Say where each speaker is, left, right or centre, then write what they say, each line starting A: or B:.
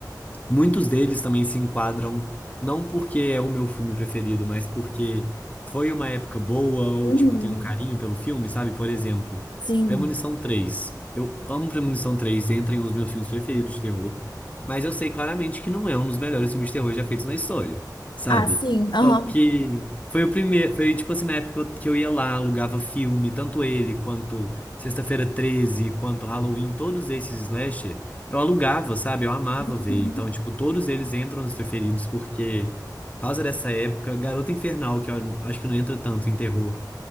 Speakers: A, on the left; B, on the left.
A: Muitos deles também se enquadram, não porque é o meu filme preferido, mas porque foi uma época boa, ou
B: Uhum.
A: tipo, eu tenho um carinho pelo filme, sabe? Por exemplo,
B: Sim.
A: Premonição três Eu amo Premonição três entra em um dos meus filmes preferidos de terror, mas eu sei claramente que não é um dos melhores filmes de terror já feitos na história, sabe?
B: Ah, sim. Aham.
A: Só que foi o primeiro, foi tipo assim, na época que eu que eu ia lá, alugava filme, tanto ele quanto Sexta-feira treze quanto Halloween, todos esses slasher. Eu alugava, sabe? Eu amava
B: Uhum.
A: ver. Então, tipo, todos eles entram nos preferidos porque, por causa dessa época, Garota Infernal, que eu acho que não entra tanto em terror,